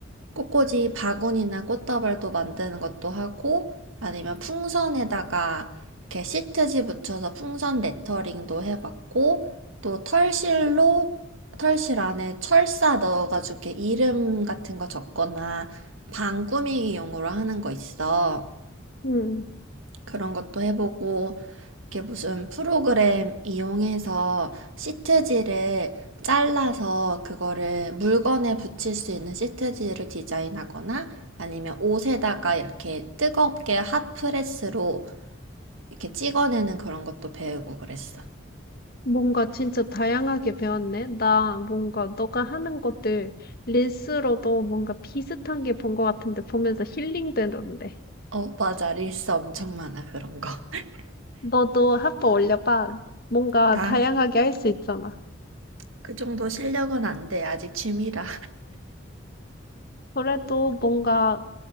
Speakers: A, on the right; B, on the left.
A: 꽃꽂이 바구니나 꽃다발도 만드는 것도 하고 아니면 풍선에다가 이렇게 시트지 붙여서 풍선 레터링도 해봤고 또 털실로 털실 안에 철사 넣어가지고 이렇게 이름 같은 거 적거나 방 꾸미기용으로 하는 거 있어.
B: 응.
A: 그런 것도 해보고, 이렇게 무슨 프로그램 이용해서 시트지를 잘라서 그거를 물건에 붙일 수 있는 시트지를 디자인하거나 아니면 옷에다가 이렇게 뜨겁게 핫프레스로 이렇게 찍어내는 그런 것도 배우고 그랬어.
B: 뭔가 진짜 다양하게 배웠네. 나 뭔가 너가 하는 것들 릴스로도 뭔가 비슷한 게 본 것 같은데 보면서 힐링 되던데.
A: 어, 맞아. 릴스 엄청 많아, 그런 거. <laughs>
B: 너도 한 번 올려봐. 뭔가
A: 나
B: 다양하게 할 수 있잖아.
A: 그 정도 실력은 안 돼. 아직 취미라.
B: 그래도 뭔가